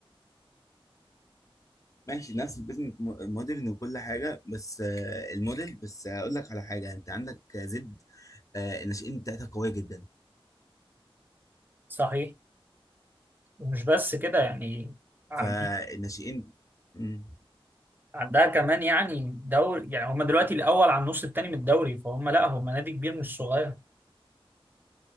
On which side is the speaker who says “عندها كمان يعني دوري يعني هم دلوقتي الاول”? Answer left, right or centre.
Right